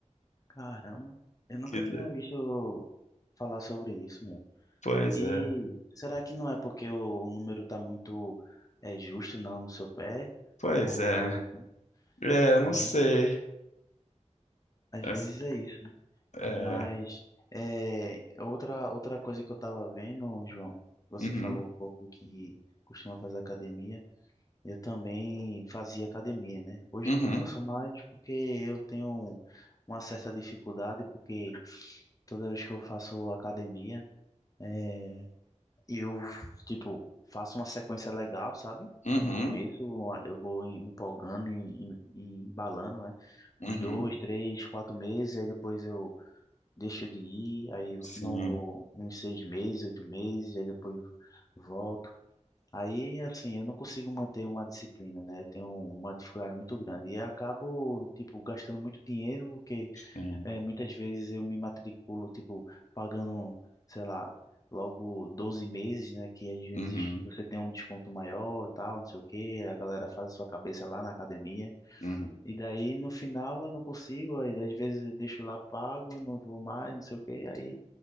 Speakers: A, on the left (about 30°); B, on the left (about 75°).
A: Caramba, eu nunca
B: Que de-
A: tinha visto falar sobre isso, meu.
B: Pois
A: E
B: é,
A: será que não é porque o número tá muito é, justo, não, no seu pé?
B: pois
A: Ou qualquer
B: é.
A: coisa assim?
B: É, eu
A: Às
B: não sei.
A: vezes, às
B: É,
A: vezes é isso, né?
B: é,
A: Mas é, outra, outra coisa que eu tava vendo, João, você
B: uhum,
A: falou um pouco que costuma fazer academia. Eu também fazia academia, né? Hoje
B: uhum,
A: eu não faço mais porque eu tenho uma certa dificuldade, porque Toda vez que eu faço academia, é, eu, tipo, faço uma sequência legal, sabe?
B: uhum,
A: No começo eu vou empolgando e e- e embalando, né?
B: uhum.
A: Uns dois, três, quatro meses, aí depois eu deixo de ir, aí
B: Sim,
A: não vou uns seis meses, oito meses, aí depois volto. Aí, assim, eu não consigo manter uma disciplina, né? Eu tenho uma dificuldade muito grande e acabo, tipo, gastando muito dinheiro porque
B: sim,
A: é, muitas vezes eu me matriculo, tipo, pagando, sei lá, logo 12 meses, né? Que às vezes
B: uhum,
A: você tem um desconto maior, e tal, não sei o quê, a galera faz a sua cabeça lá na academia.
B: uhum,
A: E daí no final eu não consigo, aí às vezes eu deixo lá pago, não vou mais, não sei o quê, aí,